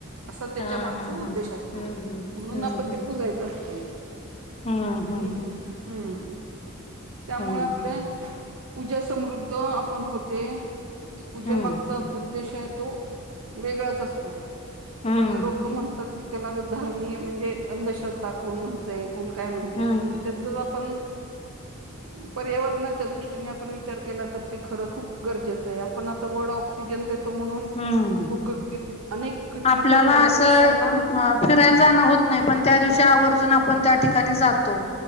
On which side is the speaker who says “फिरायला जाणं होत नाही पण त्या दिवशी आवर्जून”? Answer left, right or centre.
Left